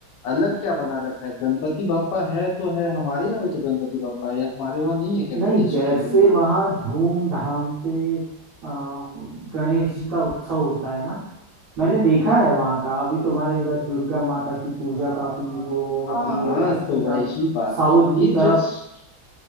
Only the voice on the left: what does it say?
अलग क्या बना रखा है गणपति बापा है तो है हमारे यहाँ भी तो गणपति बापा है या तुम्हारे वहाँ नहीं है क्या
गणेश
जी की मूर्ति
हम्म
हाँ
तो
वही बात
है
ये
जस्ट